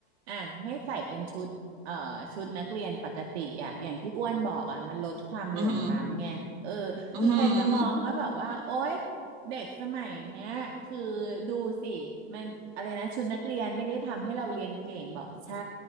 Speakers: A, on the right; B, on the right.
A: อ่ะให้ใส่เป็นชุดเอ่อชุดนักเรียนปกติอะอย่างที่อ้วนบอกอะมันลดความเหลื่อมล้ำไงเออคือใครจะมองว่าแบบว่าโอ๊ย
B: อืมอืม
A: เด็กสมัยเนี้ยคือดูสิมันอะไรนะชุดนักเรียนไม่ได้ทำให้เราเรียนเก่งบอกใช่